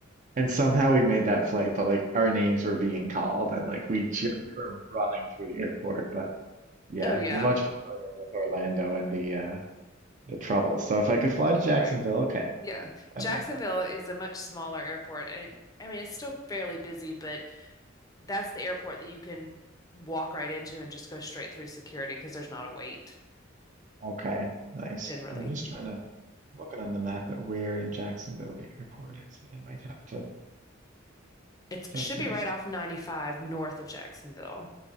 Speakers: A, on the right; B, on the left.
A: and somehow we made that flight but like our names were being called and like we ju- we were running through the airport but yeah
B: Oh yeah.
A: we're much familiar with Orlando and the uh the trouble so if I could fly to
B: Right.
A: Jacksonville okay
B: Yeah.
A: that
B: Jacksonville
A: might be
B: is a much smaller airport and I mean it's still fairly busy, but that's the airport that you can walk right into and just go straight through security because there's not a wait
A: Okay, nice.
B: generally.
A: I'm just trying to looking on the map at where in Jacksonville the airport is, and I might have to
B: It
A: Jacksonville.
B: should be right off 95 north of Jacksonville.